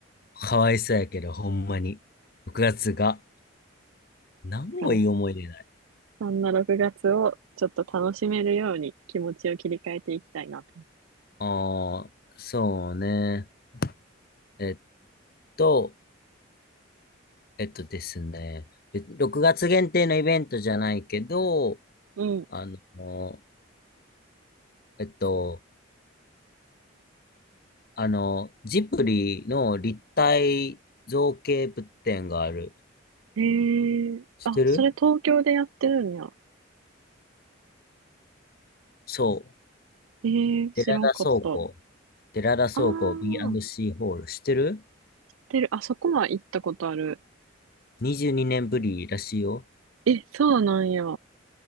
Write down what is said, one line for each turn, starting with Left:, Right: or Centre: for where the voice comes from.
Left: かわいそうやけど、ほんまに。6月がつが。なんもいい思い出ない。
Right: だから、そんな6月をちょっと楽しめるように気持ちを切り替えていきたいなと。
Left: ああ、そうね。えっと、えっとですね、べ6月限定のイベントじゃないけど、
Right: うん。
Left: あの、えっと、あの、ジブリの立体造形物展がある。
Right: へえ、
Left: 知ってる
Right: あ、それ東京でやってるんや。
Left: そう。
Right: へえ、知らんかった。
Left: 寺田倉庫。寺田倉庫
Right: ああ、
Left: B&C ホール。知ってる
Right: てる、あそこは行ったことある。
Left: ?22 年ぶりらしいよ。
Right: え、そうなんや。